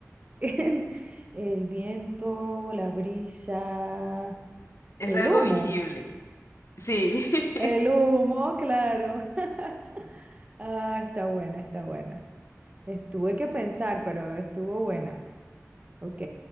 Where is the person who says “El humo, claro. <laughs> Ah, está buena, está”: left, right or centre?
Right